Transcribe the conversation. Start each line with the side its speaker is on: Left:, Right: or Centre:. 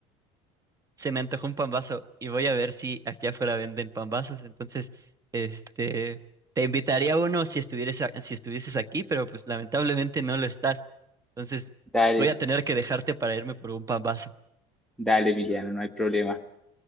Right: se me antojó un pambazo y voy a ver si aquí afuera venden pambazos. Entonces, este, te invitaría a uno si estuvieras, a- si estuvieses aquí, pero pues lamentablemente no lo estás. Entonces,
Centre: dale,
Right: voy a tener que dejarte para irme por un pambazo.
Centre: dale, Emiliano, no hay problema,